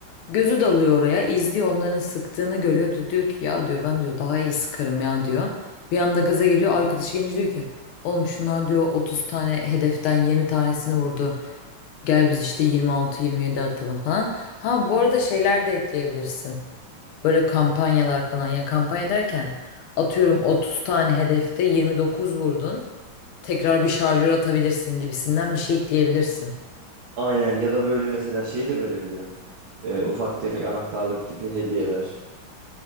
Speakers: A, on the left; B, on the right.
A: Gözü dalıyor oraya, izliyor onların sıktığını görüyor. Di- Diyor ki ya diyor ben diyor daha iyi sıkarım ya diyor. Bir anda gaza geliyor arkadaşı gelince diyor ki oğlum şunlar diyor 30 tane hedeften 20 tanesini vurdu. Gel biz işte 26-27 atalım falan. Ha bu arada şeyler de ekleyebilirsin. Böyle kampanyalar falan ya kampanya derken atıyorum 30 tane hedefte 29 vurdun. Tekrar bir şarjör atabilirsin gibisinden bir şey ekleyebilirsin.
B: Aynen ya da böyle mesela şey de verebilirim. E, ufak tefek anahtarlık tipi hediyeler.